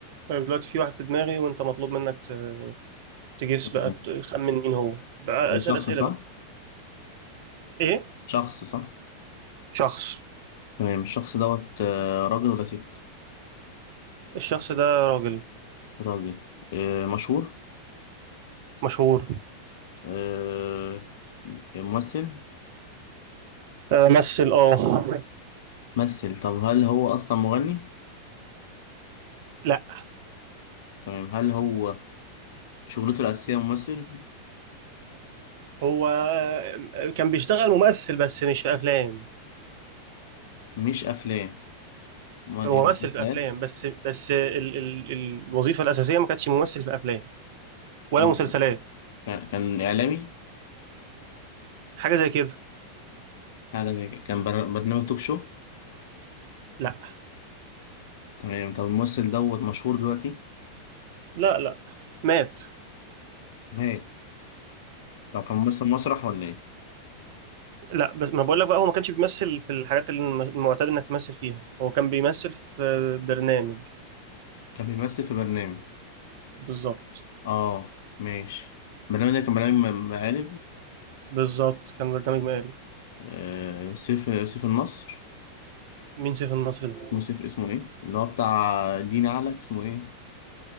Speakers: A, on the right (about 50°); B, on the left (about 55°).
A: طيب دلوقتي في واحد في دماغي وانت مطلوب منك ت- تجس بقى
B: تمام.
A: تخمن مين هو بقى
B: هو
A: اسأل
B: شخص
A: أسئلة
B: صح؟
A: بقى ايه
B: شخص صح؟
A: شخص
B: تمام الشخص دوت آه، راجل ولا ست؟
A: الشخص ده راجل
B: راجل آه، مشهور
A: مشهور
B: آه، ممثل
A: آه، مثل اه
B: ممثل طب هل هو أصلا مغني؟
A: لا
B: تمام هل هو شغلته الأساسية ممثل؟
A: هو آه، كان بيشتغل ممثل بس مش في افلام
B: مش أفلام أمال
A: هو
B: إيه؟ مسلسلات؟
A: ممثل في افلام بس بس ال ال الوظيفة الأساسية ما كانتش ممثل في افلام ولا
B: أمال
A: مسلسلات
B: إيه؟ كان كان إعلامي؟
A: حاجة زي كده
B: حاجة زي كده. كان بر- برنامج توك شو؟
A: لا
B: تمام طب الممثل دوت مشهور دلوقتي؟
A: لا لا مات
B: مات طب كان ممثل مسرح ولا إيه؟
A: لا بس ما بقول لك بقى هو ما كانش بيمثل في الحاجات اللي الم- المعتاد انك تمثل فيها هو كان بيمثل في برنامج
B: كان بيمثل في برنامج
A: بالظبط
B: اه ماشي البرنامج ده كان برنامج م- مقالب
A: بالظبط كان برنامج مقالب
B: آه سيف سيف النصر
A: مين سيف النصر ده
B: اسمه سيف اسمه ايه اللي هو بتاع دين علك اسمه ايه